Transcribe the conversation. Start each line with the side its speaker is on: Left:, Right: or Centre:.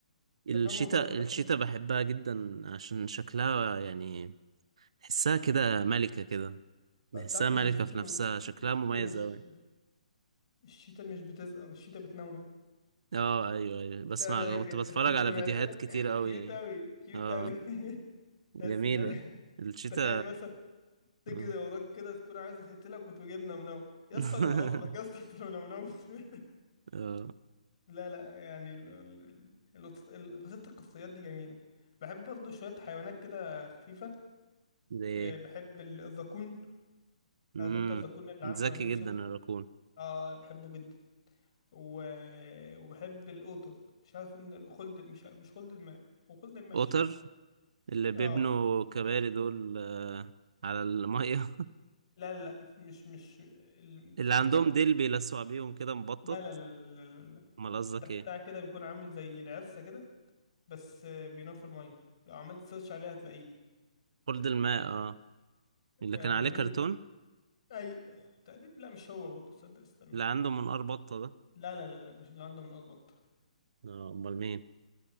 Right: الشتاء
Left: تمام وبرضه بحب
Right: الشتاء بحبها جدا عشان شكلها يعني تحسها كده ملكة كده بحسها
Left: تعرف
Right: ملكة
Left: ان الشيتا
Right: في نفسها شكلها
Left: الشيتا
Right: مميز
Left: مش
Right: أوي
Left: الشتاء مش بتزقر الشتاء بتنونو
Right: اه ايوه ايوه بسمع
Left: لا لا جد.
Right: كنت بتفرج
Left: <laughs>
Right: على
Left: سمعت
Right: فيديوهات
Left: لها
Right: كتير أوي
Left: كيوت أوي كيوت
Right: اه
Left: أوي <laughs>
Right: جميلة
Left: تحس إن هي
Right: الشيتا
Left: تخيل مثلا تجري
Right: اه
Left: وراك كده تكون عايزة تقتلك وتقوم جايب نونو يا
Right: <laughs>
Left: اسطى أنا هقفلك يا اسطى أنت لو نونوت <laughs>
Right: اه
Left: لا لا يعني ال... ال... ال... القط- ال... فصيلة القصيات دي جميلة بحب برضه شوية حيوانات كده خفيفة
Right: ده ايه
Left: آه، بحب ال- الذكون
Right: امم
Left: عارف انت الذكون اللي
Right: ذكي
Left: عنده عينين سودا
Right: جدا الراكون
Left: ده اه بحبه جدا و... وبحب القطط مش عارف ان ال- خلد مش ع- مش خلد الماء وخلد الماء
Right: قطر
Left: مش عارف
Right: اللي بيبنوا
Left: اه
Right: كباري دول آه، على المية
Left: لا لا مش مش ال...
Right: <laughs> اللي عندهم
Left: والله م-
Right: ديل بيلسعوا بيهم كده مبطط
Left: لا لا لا لا لا لا.
Right: امال قصدك
Left: ده بتاع
Right: ايه
Left: كده بيكون عامل زي العرسة كده بس آه، بينام في المية لو عملت سيرش عليه هتلاقيه
Right: خلد الماء اه اللي
Left: ك-
Right: كان عليه
Left: جميل
Right: كرتون
Left: جدا اي تأديب لا مش هو برضه تصدق استنى
Right: اللي عنده منقار بطة ده
Left: لا لا لا لا مش اللي عنده من اظبط
Right: اه امال مين